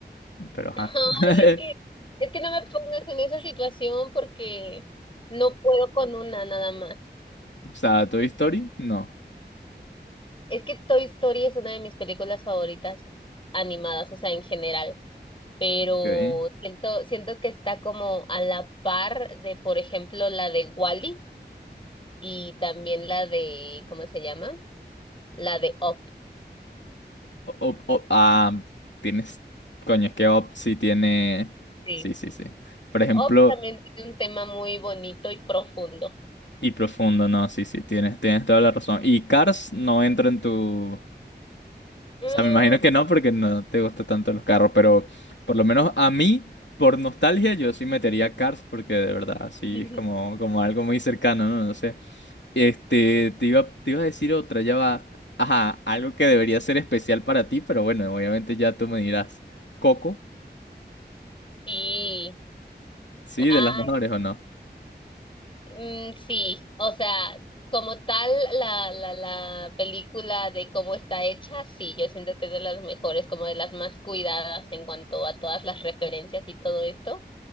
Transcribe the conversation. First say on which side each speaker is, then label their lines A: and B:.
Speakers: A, on the left; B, on the left.
A: Pero ajá.
B: <laughs>
A: <laughs>
B: Ay, es que, es que no me pongas en esa situación porque no puedo con una nada más.
A: O sea, ¿Toy Story? No.
B: Es que Toy Story es una de mis películas favoritas animadas, o sea, en general. Pero
A: Okay.
B: siento, siento que está como a la par de, por ejemplo, la de Wally y también la de, ¿cómo se llama? La de Up.
A: O- o- o- ah, tienes. Coño, es que Up sí tiene.
B: Sí.
A: Sí, sí, sí. Por ejemplo,
B: Up también tiene un tema muy bonito y profundo.
A: y Profundo, no, sí, sí, tienes, tienes toda la razón. Y Cars no entra en tu. O
B: Mm,
A: sea, me imagino que no, porque no te gustan tanto los carros, pero por lo menos a mí, por nostalgia, yo sí metería Cars, porque de verdad, sí,
B: <laughs>
A: es como, como algo muy cercano, ¿no? No sé. Este, te iba, te iba a decir otra, ya va. Ajá, algo que debería ser especial para ti, pero bueno, obviamente ya tú me dirás. Coco,
B: sí,
A: ¿sí?
B: ay,
A: ¿De las mejores o no?
B: mm, sí, o sea, como tal la, la, la película de cómo está hecha, sí, yo siento que es de las mejores, como de las más cuidadas en cuanto a todas las referencias y todo esto.